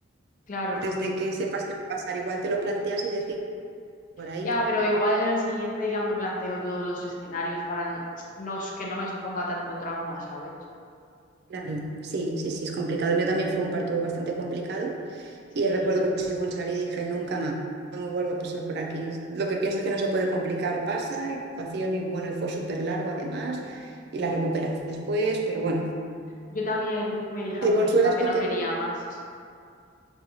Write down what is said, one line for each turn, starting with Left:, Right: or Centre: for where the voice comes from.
Left: Claro,
Right: antes de que sepas qué va a pasar, igual te lo planteas y decís por ahí.
Left: ya, pero igual en el siguiente ya me planteo todos los escenarios para no, no- que no me suponga tanto trauma, ¿sabes?
Right: Claro, sí, sí, sí, es complicado. El mío también fue un parto bastante complicado y
Left: Sí,
Right: recuerdo que según salí dije, nunca más, no vuelvo a pasar por aquí. Lo que piensas que no se puede complicar pasa, y situación y bueno, y fue súper largo además, y la recuperación después, pero bueno,
Left: yo también me dije
Right: te
Left: a mí
Right: consuelas
Left: misma que
Right: con
Left: no
Right: que...
Left: quería más.